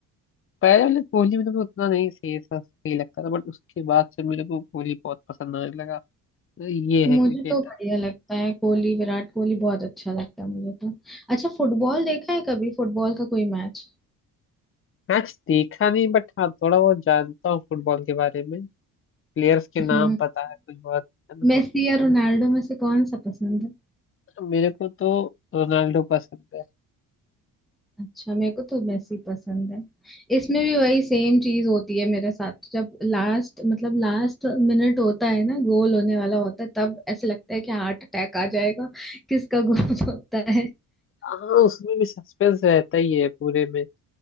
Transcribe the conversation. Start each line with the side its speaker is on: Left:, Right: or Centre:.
Left: पहले वाले कोहली मेरे को उतना नहीं सही सा सही लगता था बट उसके बाद से मेरे को कोहली बहुत पसंद आने लगा तो ये
Centre: मुझे
Left: है क्रिकेट
Centre: तो बढ़िया लगता है कोहली विराट कोहली बहुत अच्छा लगता है मुझे तो अच्छा फुटबॉल देखा है कभी फुटबॉल का कोई मैच
Left: मैच देखा नहीं बट हाँ थोड़ा बहुत जानता हूँ फुटबॉल के बारे में प्लेयर्स के
Centre: हम्म
Left: नाम पता है कुछ बहुत है ना।
Centre: मेसी या रोनाल्डो में से कौन सा पसंद है
Left: तो मेरे को तो रोनाल्डो पसंद है
Centre: अच्छा मेरे को तो मेसी पसंद है इसमें भी वही सेम चीज होती है मेरे साथ जब लास्ट मतलब लास्ट मिनट होता है ना गोल होने वाला होता है तब ऐसे लगता है कि हार्ट अटैक आ जाएगा किसका गोल <laughs> होता है
Left: हाँ उसमें भी सस्पेंस रहता ही है पूरे में